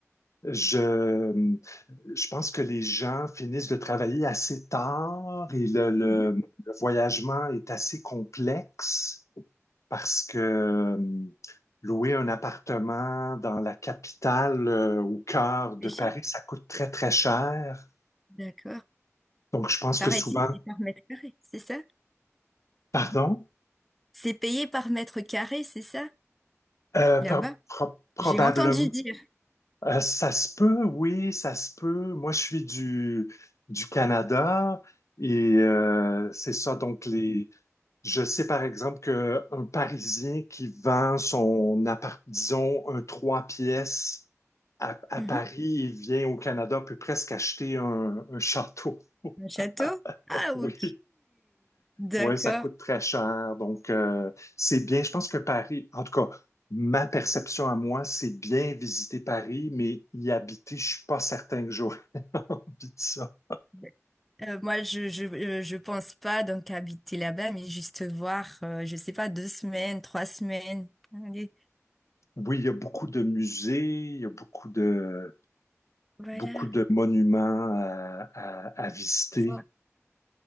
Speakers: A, on the left; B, in the centre.
A: Je, je pense que les gens finissent de travailler assez tard et le, le-
B: Mhm.
A: le voyagement est assez complexe parce que euh, louer un appartement dans la capitale, euh, au cœur de
B: Les chefs,
A: Paris, ça coûte très, très cher.
B: D'accord.
A: Donc, je pense
B: Pareil,
A: que souvent,
B: c'est par mètre carré, c'est ça?
A: pardon,
B: C'est payé par mètre carré, c'est ça?
A: euh, pro-
B: Là-bas?
A: pro- probablement,
B: J'ai entendu dire.
A: euh, ça se peut, oui, ça se peut. Moi, je suis du, du Canada et euh, c'est ça, donc les Je sais par exemple qu'un Parisien qui vend son appart, disons, un trois pièces à, à
B: Mhm.
A: Paris et vient au Canada peut presque acheter un, un château.
B: Un château?
A: <laughs>
B: Ah,
A: Oui,
B: ok. D'accord.
A: oui, ça coûte très cher. Donc, euh, c'est bien. Je pense que Paris, en tout cas, ma perception à moi, c'est bien visiter Paris, mais y habiter, je suis pas certain que j'aurais <laughs> envie de ça.
B: Oui. Euh, moi, je, je, euh, je pense pas donc habiter là-bas, mais juste voir, euh, je sais pas, deux semaines, trois semaines. Allez,
A: Oui, il y a beaucoup de musées, il y a beaucoup de,
B: voilà,
A: beaucoup de monuments à à- à visiter.
B: voilà.